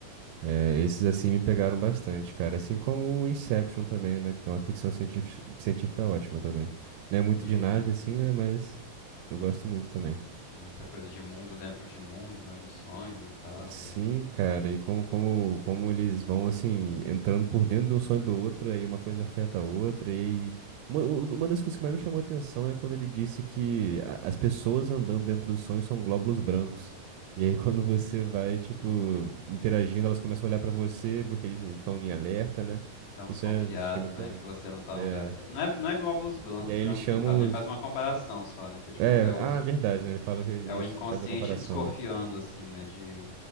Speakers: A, on the right; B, on the left.
A: É, esses assim me pegaram bastante, cara. Assim como o Inception também, né? Que é uma ficção científica, científica ótima também. Não é muito
B: Uhum.
A: de nave, assim, né? Mas eu gosto muito também.
B: Essa coisa de mundo dentro de mundo, né? Dos sonhos e tal.
A: Sim,
B: E...
A: cara, e como, como, como eles vão assim, entrando por dentro de um sonho do outro, aí uma coisa afeta a outra, e aí- uma, u- uma das coisas que mais me chamou a atenção é quando ele disse que a- as pessoas andando dentro do sonho são glóbulos brancos. E aí <laughs> quando você vai, tipo,
B: Uhum.
A: interagindo, elas começam a olhar pra você, porque eles estão em alerta, né?
B: Tão
A: Isso
B: desconfiados,
A: é, achei muito
B: né?
A: da hora.
B: Que você não tá
A: É.
B: no lugar certo. Não é, não é glóbulos blan-
A: E aí
B: brancos
A: eles chamam
B: que ele fala, né?
A: os.
B: Ele faz uma comparação só, né? Que é tipo,
A: É,
B: é os,
A: ah, verdade, né? Ele falou que é isso,
B: É o inconsciente
A: faz a comparação,
B: desconfiando,
A: né?
B: assim, né? De,